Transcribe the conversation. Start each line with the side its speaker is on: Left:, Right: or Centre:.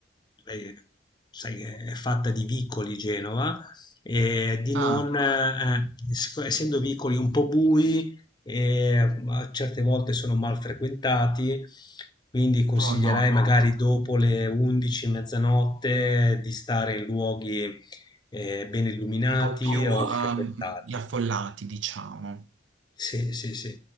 Left: eh, sai, è fatta di vicoli Genova, e di
Right: Ah,
Left: non, eh, eh, sic- essendo vicoli un po' bui, e a certe volte sono mal frequentati, quindi consiglierei
Right: oh no,
Left: magari dopo le 11, mezzanotte di stare in luoghi eh, ben illuminati
Right: un po' più
Left: o
Right: ehm,
Left: frequentati.
Right: gli affollati, diciamo.
Left: Sì, sì, sì,